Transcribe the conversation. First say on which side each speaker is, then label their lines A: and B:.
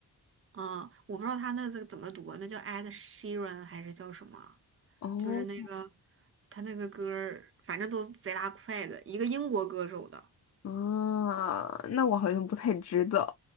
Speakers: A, on the right; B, on the left.
A: 嗯，我不知道他那个怎么读啊那叫 Ed Sheeran 还是叫什么？
B: 哦，
A: 就是那个他那个歌儿反正都是贼拉快的，一个英国歌手的。
B: 啊，那我好像不太知道。